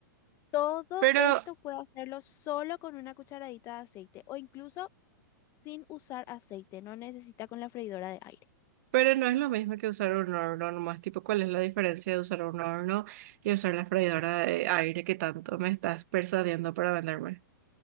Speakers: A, on the left; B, on the right.
A: Todo
B: Pero,
A: esto puede hacerlo solo con una cucharadita de aceite o incluso sin usar aceite. No necesita con la freidora de aire.
B: pero no es lo mismo que usar un horno nomás. Tipo, ¿cuál es la diferencia de usar un horno y usar la freidora de aire que tanto me estás persuadiendo para venderme?